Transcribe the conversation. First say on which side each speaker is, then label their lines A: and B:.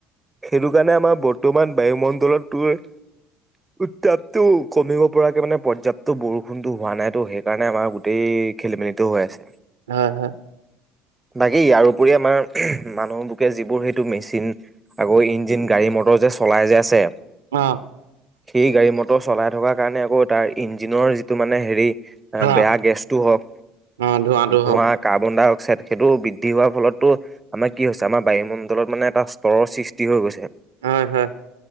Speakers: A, on the right; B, on the right.
A: সেইটো কাৰণে আমাৰ বৰ্তমান বায়ুমণ্ডলটোৰ। উত্তাপটো কমিব পৰাকে মানে পৰ্যাপ্ত বৰষুণতো হোৱা নাই। টো সেইকাৰণে আমাৰ গোটেই খেলি মেলিতটো হৈ আছে।
B: হা হা
A: বাকী ইয়াৰপৰি আমাৰ মানুহ যিবোৰ সেইটো মেচিন আগৌ ইঞ্জিন গাড়ী মটৰ যে চলাই যে আছে।
B: অ
A: সেই গাড়ী মটৰ চলাই থকাৰ কাৰণে আকৌ তাৰ ইঞ্জিনৰ যিটো মানে হেৰি। এ
B: ধোঁৱা
A: বেয়া গেছতটো হওক
B: অ ধোঁৱাটো
A: ধোৱা
B: হওক
A: কাৰ্বন দা ট সেইটো বৃদ্ধি হোৱাৰ ফলতো আমাৰ কি হৈছে আমাৰ বায়ুমণ্ডলত মানে এটা স্তৰৰ সৃষ্টি হৈ গৈছে।
B: হয়-হয়।